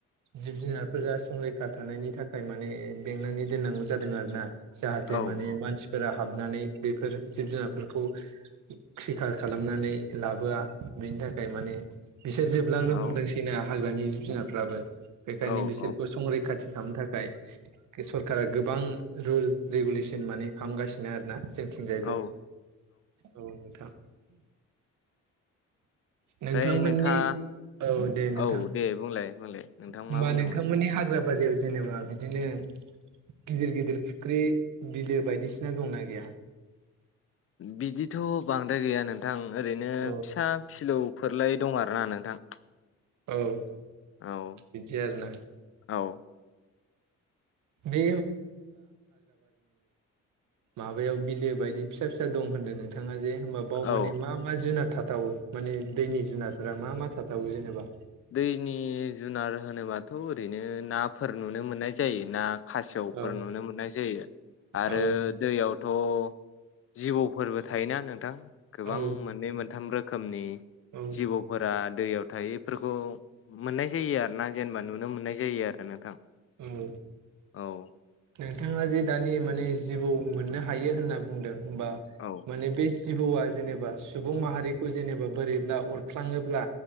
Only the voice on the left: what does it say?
औ औ
औ
औ
औ
औ
ओमफ्राय
नोंथाङा
औ दे बुंलाय बुंलाय नोंथां
मा बुंदोंमोन
बिदिथ' बांद्राय गैया नोंथां ओरैनो
फिसा फिलौ। फोरलायै दं आरोना नोंथां।
औ
औ <inaudible>
औ
दैनि जुनार होनोबाथ' ओरैनो नाफोर नुनो मोननाय जायो ना। खासेवफोर
नुनो मोननाय जायो आरो
दैयाव। थ' जिबौफोरबो थायोना नोंथां। गोबां
मोननै मोनथाम रोखोमनि
जिबौफोरा दैयाव थायो। फोरखौ मोननाय जायो आरोना जेनेबा नुनो मोननाय जायो आरो नोंथां।
औ
औ